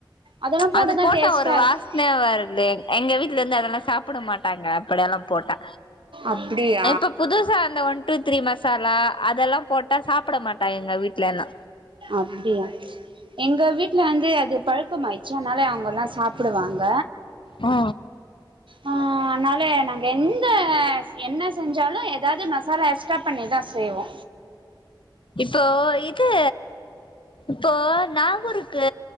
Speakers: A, on the right; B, on the left.
A: அதெல்லா போட்டுதா
B: அது போட்டா
A: டேஸ்ட்டா
B: ஒரு வாசன
A: இருக்கு
B: வருல்லே எங்க வீட்லருந்து அதெல்லா சாப்புட மாட்டாங்க அப்படயெல்லா போட்ட
A: அப்டியா
B: இப்ப புதுசா அந்த ஒன் டூ த்ரீ மசாலா அதெல்லா போட் சாப்பட மாட்டா எங்க வீட்லல்லா
A: அப்டியா எங்க வீட்ல வந்து அது பழக்கோமாயிச்சு அன்னால அவுங்கள்லா சாப்புடுவாங்க
B: ஆ
A: ஆ அன்னால நாங்க எந்த என்ன செஞ்சாலு எதாது மஸ் சாலா எஸ்ட்டா பண்ணிதா செய்வோ
B: இப்போ இது இப்போ நாகூருக்கு